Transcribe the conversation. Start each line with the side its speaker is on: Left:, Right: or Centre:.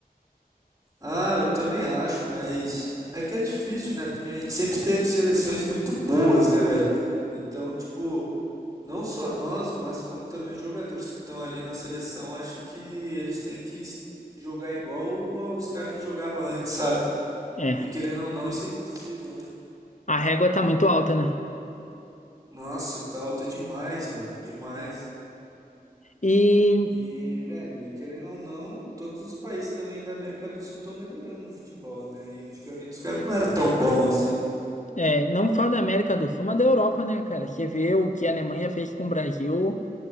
Right: Ah, eu também acho, mas é que é difícil, né? Porque a gente sempre teve seleções muito boas, né, velho? Então, tipo, não só nós, mas como também os jogadores que estão ali na seleção, acho que eles têm que s- jogar igual aos caras que jogavam antes, sabe?
Left: É,
Right: E querendo ou não, isso é impossível, né?
Left: a régua tá muito alta, né?
Right: Nossa, tá alta demais, velho, demais.
Left: E
Right: E, velho, e querendo ou não, todos os países também da América do Sul estão melhorando no futebol, né? E antigamente os caras não eram tão bons assim.
Left: é, não só da América do Sul, mas da Europa, né, cara? Você vê o que a Alemanha fez com o Brasil.